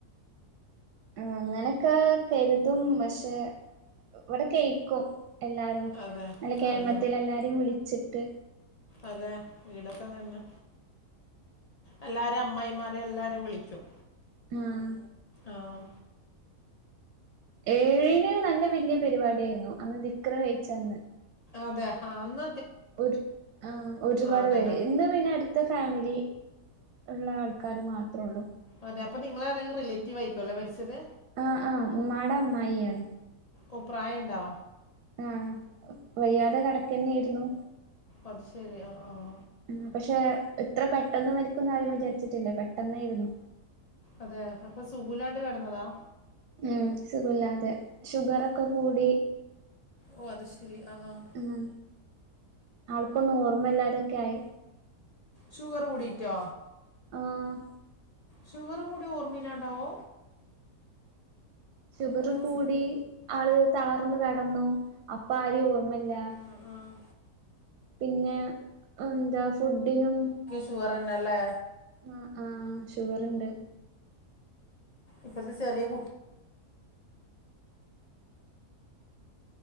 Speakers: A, on the right (about 80°); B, on the left (about 85°).
A: ഉം അങ്ങനൊക്കെ കരുതും പക്ഷെ, ഇവിടെ കയ്ക്കും എല്ലാരും.
B: അതെ
A: നല്ല കേമത്തിലെല്ലാരെയും
B: അതെ
A: വിളിച്ചിട്ട്
B: അതെ. ഈടൊക്കെ അങ്ങന്നെ. എല്ലാരെ അമ്മായിമാരെയും എല്ലാരെയും വിളിക്കും
A: ആഹ്
B: ആഹ്
A: ഏഴിന് നല്ല വലിയ പരിപാടിയായിരുന്നു. അന്ന് ദിക്റ് കഴിച്ചന്ന്.
B: അതെ ഹാ അന്ന
A: ഒരു ആ ഒരുപാട്
B: അങ്ങനെ
A: പേര് ഇന്ന് പിന്നെ അട്ത് ത്ത ഫാമിലി ഇള്ള ആൾക്കാര് മാത്രേ ഇള്ളൂ.
B: അതെ. അപ്പൊ നിങ്ങളെ ആരെങ്കിലും റിലേറ്റീവ് ആയിരിക്കു അല്ലേ മരിച്ചത്?
A: ആഹ് ആഹ് ഉമ്മാട അമ്മായിയാണ്.
B: ഓഹ് പ്രായണ്ടാ?
A: ആഹ് വയ്യാതെ കെടക്കെന്നായിരുന്നു.
B: അത്ശരി ആഹ് ആഹ്
A: ഉം പക്ഷെ ഇത്ര പെട്ടെന്ന് മരിക്കുംന്ന് ആരും വിചാരിച്ചിട്ടില്ല. പെട്ടെന്നേര്ന്നു.
B: അതേ? അപ്പൊ സുഖുല്ലാണ്ട് കെടന്നതാ?
A: ഉം സുഖുല്ലാതെ. ഷുഗറൊക്കെ കൂടി
B: ഓ അത് ശെരി ആഹ് ആഹ്
A: ഉം. ആൾക്കൊന്നും ഓർമ്മല്ലാതൊക്കെ ആയി.
B: ഷുഗറ് കൂടീറ്റാ?
A: ആഹ്
B: ഷുഗറ് കൂടിയാ ഓർമ്മില്ലാണ്ടാവൂ?
A: ഷുഗറ്
B: അങ്ങനെയൊക്കെ
A: കൂടി,
B: സ-
A: ആള് തളർന്നു കെടന്നു. അപ്പ ആരെയും ഓർമ്മല്ല.
B: ആഹ് ആഹ്.
A: പിന്നെ, എന്താ ഫുഡ്ഡിനും
B: ഷുഗറന്നെ അല്ലേ?
A: ആഹ് ആഹ് ഷുഗറ്ണ്ട്.
B: ഇപ്പത്തെ ചെറിയ കു